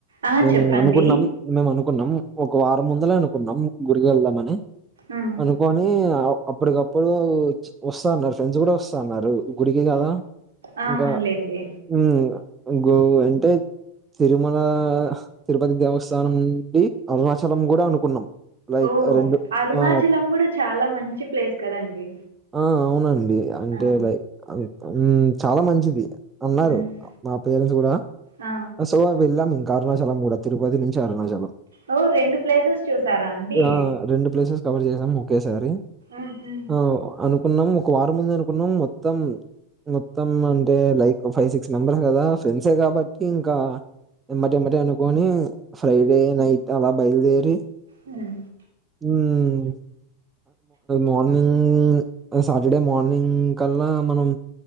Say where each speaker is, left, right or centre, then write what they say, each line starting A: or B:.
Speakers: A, on the right; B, on the right.
A: ఆ
B: మేము
A: చెప్పండి
B: అనుకున్నాం మేము అనుకున్నాం ఒక వారం ముందలే అనుకున్నాం గుడికి వెళ్దామని
A: ఉమ్,
B: అనుకోని అప్ అప్పటికప్పుడు వస్తాన్నారు ఫ్రెండ్స్ కూడా వస్తాన్నారు గుడికి కదా
A: ఆ
B: ఇంకా
A: అవున్లేండి
B: ఉమ్ గో అంటే తిరుమ లా తిరుపతి దేవస్థానం నుండి అరుణాచలం కూడా అనుకున్నాం లైక్
A: ఓ
B: రెండు
A: అరుణాచలం
B: ఆ
A: కూడా చాలా మంచి ప్లేస్ కదండి
B: ఆ అవునండి అంటే
A: ఆ
B: లైక్ హ్మ్ చాలా మంచిది ఉన్నారు
A: ఉమ్,
B: మా పేరెంట్స్ కూడా
A: ఆ
B: సో వెళ్ళాలి ఇంకా అరుణాచలం కూడా తిరుపతి నుంచి అరుణాచలం
A: ఓ రెండు ప్లేసెస్ చూసారా అండి
B: ఆ రెండు ప్లేసెస్ కవర్ చేసాం ఒకేసారి
A: ఉహు
B: ఆ అనుకున్నాం ఒక వారం ముందే అనుకున్నాం మొత్తం మొత్తం అంటే లైక్ ఫైవ్ సిక్స్ మెంబర్స్ కదా ఫ్రెండ్సే కాబట్టి ఇంకా ఎమ్మటేమ్మటే అనుకొని ఫ్రైడే నైట్ అలా బయలుదేరి
A: హ్మ్
B: హ్మ్ మార్నింగ్ సాటర్డే మార్నింగ్ కల్లా మనం